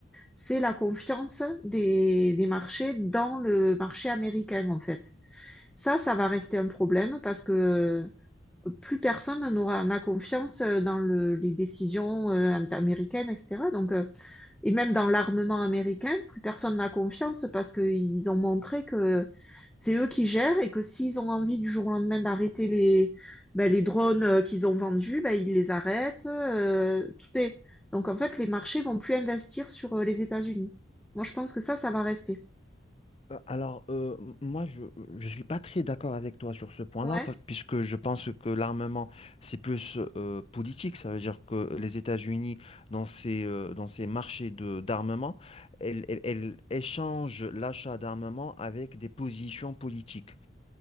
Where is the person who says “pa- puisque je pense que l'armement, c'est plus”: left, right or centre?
Left